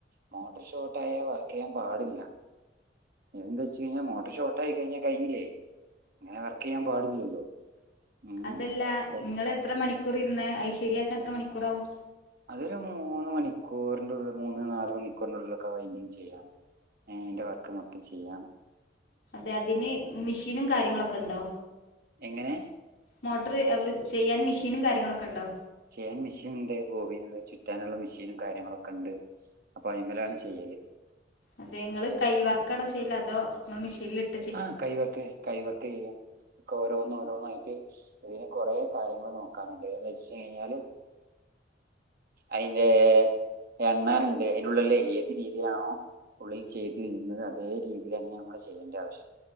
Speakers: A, on the right; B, on the left.
A: മോട്ടർ ഷോർട്ടായൽ വർക്ക് ചെയ്യാൻ പാടില്ല എന്ത് വെച്ച് കഴിഞ്ഞാ മോട്ടർ ഷോർട്ടായി കഴിഞ്ഞാ കഴിഞ്ഞില്ലേ അങ്ങനെ വർക്ക് ചെയ്യാൻ പാടില്ലല്ലോ ഉം.
B: അതല്ല
A: അപ്പോൾ
B: നിങ്ങള് എത്ര മണിക്കൂർ ഇരുന്ന അത് ശരിയാക്കാൻ എത്ര മണിക്കൂറ ആവും
A: അതൊരു മൂന്ന് മണിക്കൂറിൻ്റെ ഉള്ളിൽ മൂന്ന് നാല് മണിക്കൂറിൻ്റെ ഉള്ളിലൊക്കെ വൈൻ്റിംഗ് ചെയ്യാം എന്റെ വർക്ക് മൊത്തം ചെയ്യാം
B: അതെ അതിന് മെഷീനും കാര്യങ്ങളൊക്കെ ഉണ്ടോ
A: എങ്ങനെ
B: മോട്ടർ ചെയ്യാൻ മെഷീനും കാര്യങ്ങളൊക്കെ ഉണ്ടോ
A: ചെയ്യാൻ മെഷീണ്ട് ഭോബി ചുറ്റാന്ള്ള മിഷീനും കാര്യങ്ങളൊക്കെ ഇണ്ട് അപ്പൊ ഐമെലാണ് ചെയ്യല്
B: അതെ ഇങ്ങള് കൈ വർക്കാണോ ചെയ്യല് അതോ ഇങ്ങള് മിഷീൻല്ട്ട്
A: ആഹ് കൈവർക്ക് കൈവർക്കെയ്യും ഒക്കോരോന്ന് ഓരോന്നായിട്ട് ഐന് കൊറെ കാര്യങ്ങള് നോക്കാന്ണ്ട്ന്ന് വെച്ച് കഴിഞ്ഞാല് ഐൻ്റെ എണ്ണാന്ണ്ട് ഐൻ്റുള്ള്ല് ഏത് രീതിയിലാണോ ഉള്ളിൽ ചെയ്ത് നിന്നുന്നത് അതേ രീതിയിലെന്നെ നമ്മള് ചെയ്യേണ്ട്യെ ആവശ്യണ്ട്